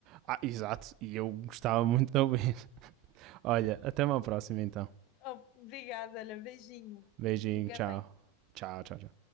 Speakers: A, on the right; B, on the left.
A: Ah, exato, e eu gostava muito de ouvir. <laughs> Olha, até uma próxima então.
B: Oh, obrigada, olha, beijinho.
A: Beijinho,
B: Fica
A: tchau.
B: bem.
A: Tchau, tchau, tchau.